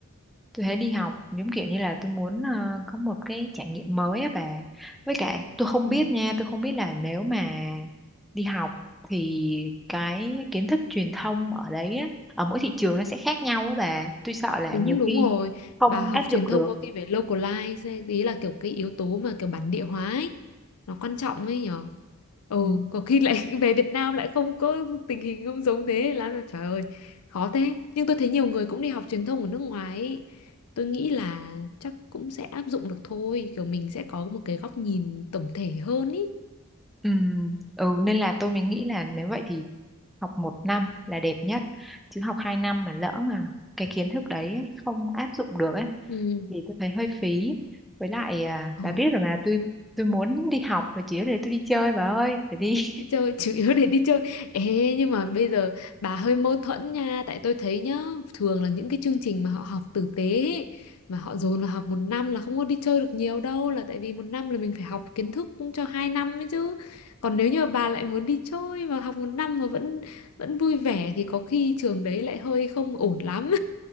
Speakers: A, in the centre; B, on the left.
A: tôi thấy đi học giống kiểu như là tôi muốn ờ, có một cái trải nghiệm mới á bà với cả tôi không
B: Ừ.
A: biết nha tôi không biết là nếu mà đi học thì cái kiến thức truyền thông ở đấy á, ở mỗi thị trường nó sẽ khác nhau á bà tôi sợ là
B: Đúng
A: nhiều
B: đúng
A: khi
B: rồi,
A: không
B: bà học
A: áp dụng
B: truyền thông
A: được
B: có cái về localize ấy, ý là kiểu cái yếu tố mà kiểu bản địa hóa ấy, nó quan trọng ấy nhỉ. Ồ,
A: ừ.
B: có khi lại <laughs> về Việt Nam lại không có tình hình không giống thế là trời ơi khó thế nhưng tôi thấy nhiều người cũng đi học truyền thông ở nước ngoài ấy. Tôi nghĩ là chắc cũng sẽ áp dụng được thôi kiểu mình sẽ có một cái góc nhìn tổng thể hơn ý
A: Ừ. ừ nên là tôi mới nghĩ là nếu vậy thì học một năm là đẹp nhất chứ học hai năm mà lỡ mà cái kiến thức đấy ấy không áp dụng được ấy
B: ừ.
A: thì tôi thấy hơi phí với lại à,
B: Ồ.
A: bà biết rồi mà tôi tôi muốn đi học và chỉ để tôi đi chơi bà ơi để đi
B: đi chơi chủ yếu để đi chơi ê nhưng mà bây giờ bà hơi mâu thuẫn nha tại tôi thấy nhá thường là những cái chương trình mà họ học tử tế ấy, mà họ dồn vào học một năm là không có đi chơi được nhiều đâu là tại vì một năm là mình phải học kiến thức cho hai năm ấy chứ còn nếu như mà bà lại muốn đi chơi và học một năm mà vẫn vẫn vui vẻ thì có khi trường đấy lại hơi không ổn lắm